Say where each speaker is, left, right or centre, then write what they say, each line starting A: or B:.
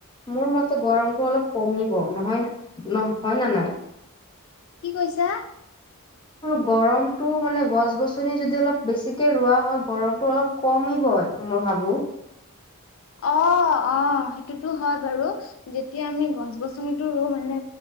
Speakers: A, on the left (about 20°); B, on the left (about 65°).
A: মোৰ মতে গৰমতটো অলপ কমিব, নহয় ন হয় ন নাই?
B: কি কৈছা?
A: গৰমতটো মানে গছ গছনি যদি অলপ বেছিকে ৰোৱা হয় গৰমতটো অলপ কমিবই মই ভাবো।
B: অ', অ', সেইটোতো হয় বাৰু, যেতিয়া আমি গছ গছনিটো ৰু মানে